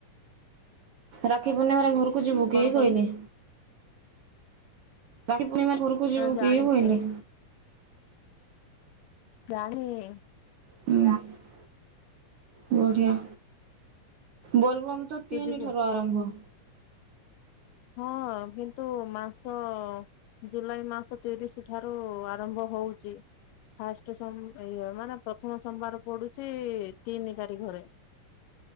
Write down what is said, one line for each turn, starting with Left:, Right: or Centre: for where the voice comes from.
Right: ରାକ୍ଷୀ ପୂର୍ଣ୍ଣିମାରେ ଘରକୁ ଯିବୁ
Left: କଣ
Right: କି
Left: କହିଲୁ
Right: କହିଲି? ରାଖି ପୁର୍ଣ୍ଣିମା ଘରକୁ ଯିବୁ
Left: ଜାଣିନି
Right: କି ବୋଇଲି?
Left: ଜାଣିନି।
Right: ହୁଁ ବଢିଆ ବୋଲବମ ତ
Left: ତୁ
Right: ତିନି
Left: ଯିବୁ
Right: ଠାରୁ ଆରମ୍ଭ।
Left: ହଁ କିନ୍ତୁ ମାସ ଜୁଲାଇ ମାସ ତିରିଶ ଠାରୁ ଆରମ୍ଭ ହଉଛି। ଫାଷ୍ଟ ସୋ ଇଏ ମାନେ ପ୍ରଥମ ସୋମବାର ପଡୁଛି ତିନି ତାରିଖରେ।